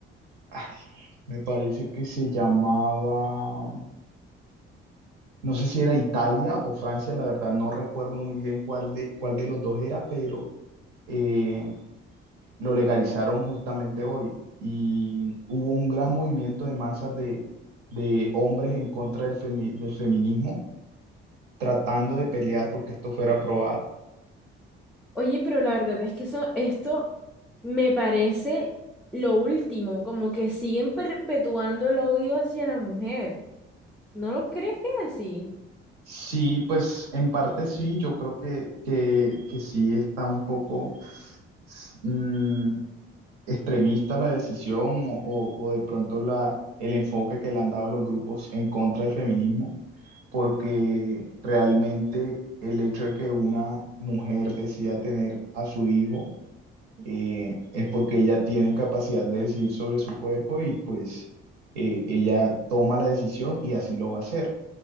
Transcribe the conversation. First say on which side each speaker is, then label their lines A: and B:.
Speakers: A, on the right; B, in the centre.
A: ay, me parece que se llamaba, no sé si era Italia o Francia, la verdad no recuerdo muy bien cuál de, cuál de los dos era, pero eh, lo legalizaron justamente hoy y hubo un gran movimiento de masas de, de hombres en contra del, femi- del feminismo tratando de pelear porque esto fuera aprobado.
B: Oye, pero la verdad es que eso, esto me parece lo último, como que siguen perpetuando el odio hacia la mujer. ¿No lo crees que es así?
A: Sí, pues en parte sí, yo creo que, que, que sí está un poco mm, extremista la decisión o, o- o de pronto la, el enfoque que le han dado los grupos en contra del feminismo, porque realmente el hecho de que una mujer decida tener a su hijo eh, es porque ella tiene capacidad de decidir sobre su cuerpo y pues eh, ella toma la decisión y así lo va a hacer.